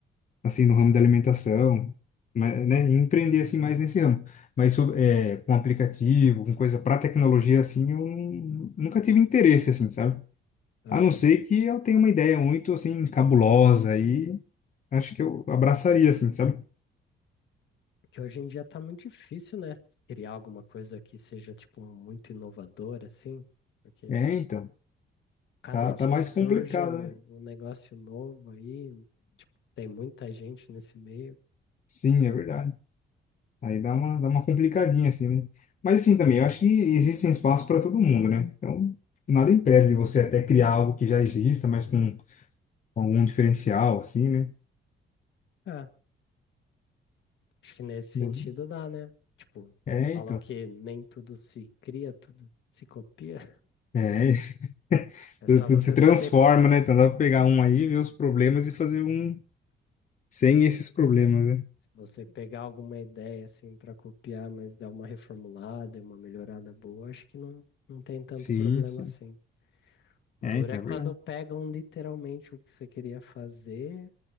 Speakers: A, on the left (about 40°); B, on the left (about 70°).
A: assim, no ramo da alimentação, mas, né? Empreender, assim, mais nesse ramo. Mas sobre, é, com aplicativo, com coisa para tecnologia, assim, eu nu- nunca tive interesse, assim, sabe?
B: Aham.
A: A não ser que eu tenha uma ideia muito, assim, cabulosa e acho que eu abraçaria, assim, sabe?
B: Porque hoje em dia tá muito difícil, né? Criar alguma coisa que seja, tipo, muito inovadora, assim, porque
A: É, então.
B: cada
A: Tá,
B: dia
A: tá mais
B: surge
A: complicado,
B: um,
A: né?
B: um negócio novo aí, tipo, tem muita gente nesse meio.
A: Sim, é verdade. Aí dá uma, dá uma complicadinha, assim, né? Mas assim também, eu acho que existem espaços para todo mundo, né? Então, nada impede de você até criar algo que já exista, mas com, com algum diferencial, assim, né?
B: Ah, acho que nesse sentido
A: Mas,
B: dá, né? Tipo,
A: é,
B: falam
A: então.
B: que nem tudo se cria, tudo se copia.
A: É, <laughs>
B: É só
A: tudo, tudo
B: você
A: se
B: saber
A: transforma, né? Então dá pra pegar um aí, ver os problemas e fazer um sem esses problemas, né?
B: se você pegar alguma ideia assim para copiar, mas dar uma reformulada, e uma melhorada boa, acho que não, não tem tanto
A: Sim,
B: problema
A: sim.
B: assim. Dura
A: É, então
B: é quando
A: é verdade.
B: pegam literalmente o que você queria fazer,